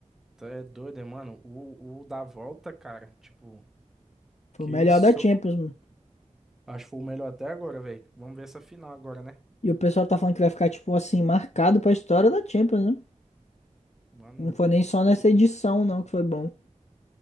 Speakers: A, in the centre; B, on the left.
A: Tu é doido, é, mano? O, o da volta, cara, tipo,
B: Foi
A: que
B: o melhor
A: isso?
B: da Champions, mano.
A: Acho que foi o melhor até agora, velho. Vamos ver essa final agora, né?
B: E o pessoal tá falando que vai ficar, tipo assim, marcado pra história da Champions, né?
A: Mano,
B: Não foi nem só
A: po-
B: nessa edição, não, que foi bom.